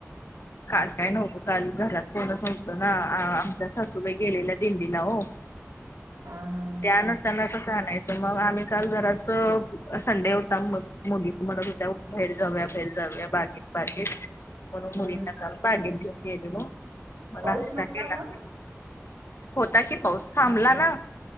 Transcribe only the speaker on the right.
आ हा! हा
हा
ह
पाऊस
नव्हता
मग